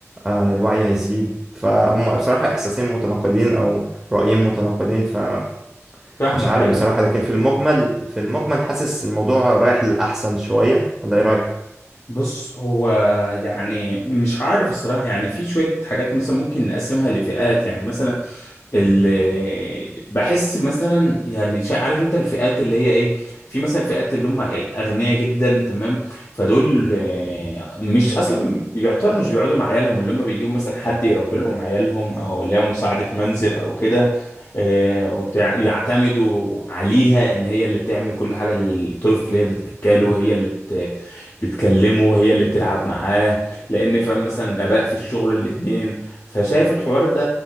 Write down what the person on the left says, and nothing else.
فاهمك
ايوه
بص هو يعني مش عارف الصراحه يعني في شويه حاجات مثلا ممكن نقسمها لفئات يعني مثلا ال- بحس مثلا يعني شا- عارف انت الفئات اللي هي ايه في مثلا فئات اللي هم الاغنياء جدا تمام فدول آه، مش اصلا يعتبر مش بيقعدوا مع عيالهم اللي هم بيجيبوا مثلا حد يربي لهم عيالهم او اللي هي مساعده منزل او كده آه، وبتاع يعتمدوا عليها ان هي اللي بتعمل كل حاجه للطفل هي بتاكله هي اللي بت... بتكلمه هي اللي بتلعب معاه لان فاهم مثلا الاباء في الشغل الاثنين فشايف الحوار ده